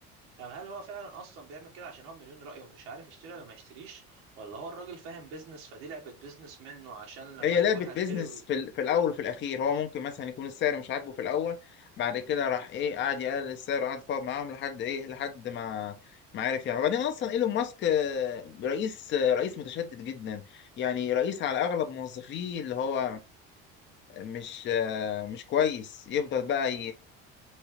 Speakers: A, on the right; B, on the left.
A: طب هل هو فعلا اصلا بيعمل كده عشان هو مليون رأيه ومش عارف يشتري ولا ما يشتريش ولا هو الراجل فاهم بيزنس فدي لعبة بيزنس منه عشان لما
B: هي لعبة
A: يقول
B: بيزنس
A: هشتري وي-
B: في, ال- في الأول وفي الأخير هو ممكن مثلا يكون السعر مش عاجبه في الأول بعد كده راح إيه قعد يقلل السعر وقعد يتفاوض معاهم لحد إيه لحد ما ما عرف يعني وبعدين أصلا إيلون ماسك آه، رئيس آه، رئيس متشدد جدا يعني رئيس على أغلب موظفيه اللي هو مش آه، مش كويس يفضل بقى